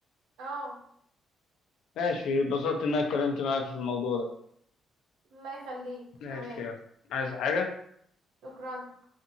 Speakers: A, on the right; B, on the left.
A: اه
B: ماشي اتبسطت ان انا اتكلمت معاك في الموضوع ده
A: الله يخليك
B: ماشي
A: تمام
B: يلا عايز حاجة
A: شكرا